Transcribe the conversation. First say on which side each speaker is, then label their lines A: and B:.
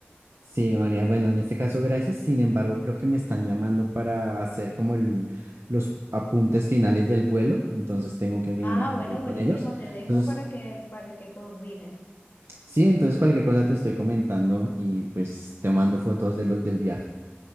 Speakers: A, on the right; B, on the left.
A: Sí, María. Bueno, en este caso, gracias. Sin embargo, creo que me están llamando para hacer como el, los apuntes finales del vuelo, entonces tengo que,
B: Ah, bueno,
A: que ir
B: buenísimo,
A: con ellos.
B: te dejo
A: Entonces,
B: para que, para que coordines.
A: sí, entonces cualquier cosa te estoy comentando y pues te mando fotos de los del viaje.